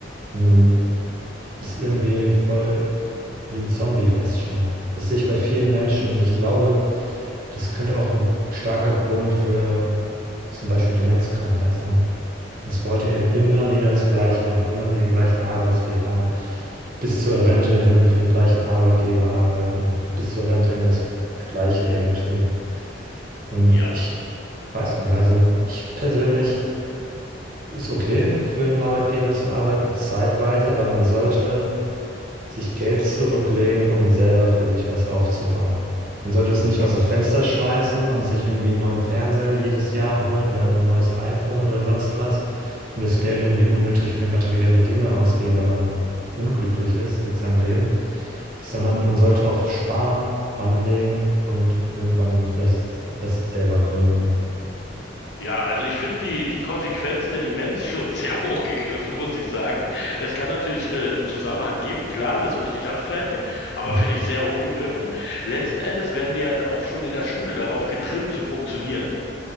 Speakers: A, on the right; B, on the left.
A: man ist irgendwie voll wie ein Zombie fast schon. Das sehe ich bei vielen Menschen und ich glaube, das könnte auch ein starker Grund für zum Beispiel Demenzkrankheit sein. Dass Leute eben immer wieder das Gleiche machen, immer wieder den gleichen Arbeitsweg haben, bis zur Rente hin für den gleichen Arbeitgeber arbeiten, bis zur Rente hin das Gleiche eben tun. Und
B: Ja.
A: ich weiß nicht, also ich persönlich ist okay, für einen Arbeitgeber zu arbeiten, zeitweise, aber man sollte sich Geld zurücklegen, um selber für sich was aufzubauen. Man sollte es nicht aus dem Fenster schmeißen und sich irgendwie einen neuen Fernseher jedes Jahr holen oder ein neues iPhone oder sonst was und das Geld irgendwie unnötig für materielle Dinge ausgeben, weil man unglücklich ist mit seinem Leben, sondern man sollte auch sparen, anlegen und irgendwann vielleicht was selber gründen.
B: Ja, also ich finde die, die Konsequenz der Demenz schon sehr <laughs> hoch gegriffen, muss ich sagen. Es kann natürlich äh, einen Zusammenhang geben, klar, das will ich nicht abstreiten, aber
A: Mhm.
B: finde ich sehr hoch gegriffen. Letzten Endes werden wir ja auch schon in der Schule darauf getrimmt zu funktionieren.